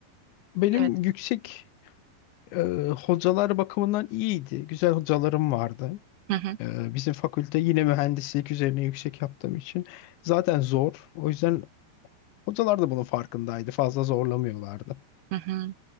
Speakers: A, on the left; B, on the right.
A: Benim
B: evet.
A: yüksek e, hocalar bakımından iyiydi. Güzel hocalarım vardı.
B: Hı hı,
A: E, bizim fakülte yine mühendislik üzerine yüksek yaptığım için zaten zor. O yüzden hocalar da bunun farkındaydı. Fazla zorlamıyorlardı.
B: hı hı.